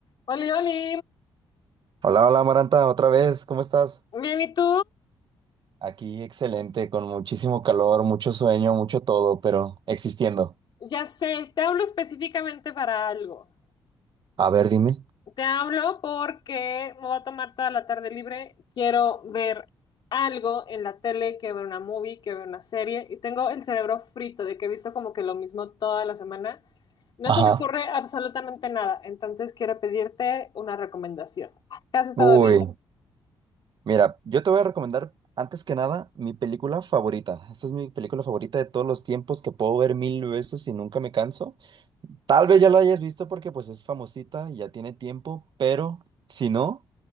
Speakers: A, on the left (about 55°); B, on the right (about 55°).
A: Oli, Oli.
B: Hola, hola Maranta, otra vez, ¿cómo estás?
A: Bien, ¿y tú?
B: Aquí excelente, con muchísimo calor, mucho sueño, mucho todo, pero existiendo.
A: Ya sé, te hablo específicamente para algo.
B: A ver, dime.
A: Te hablo porque me voy a tomar toda la tarde libre. Quiero ver algo en la tele, quiero ver una movie, quiero ver una serie y tengo el cerebro frito de que he visto como que lo mismo toda la semana. No
B: Ajá.
A: se me ocurre absolutamente nada, entonces quiero pedirte una recomendación. ¿Qué has estado
B: Uy,
A: viendo?
B: mira, yo te voy a recomendar antes que nada mi película favorita. Esta es mi película favorita de todos los tiempos que puedo ver mil veces y nunca me canso. Tal vez ya la hayas visto porque pues es famosita, y ya tiene tiempo, pero si no,